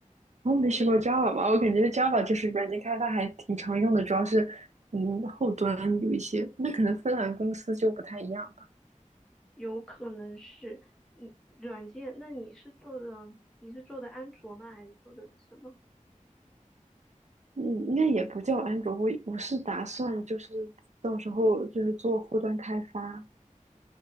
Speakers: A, on the right; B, in the centre.
A: 我没学过
B: 对，
A: Java 吧，我感觉 Java 就是软件开发还挺常用的，主要是嗯后端有一些，那可能芬兰公司就不太一样。
B: 有可能是，嗯，软件。那你是做的，你是做的安卓吗？还是做的什么
A: 嗯，应该也不叫安卓，我我是打算就是到时候就是做后端开发。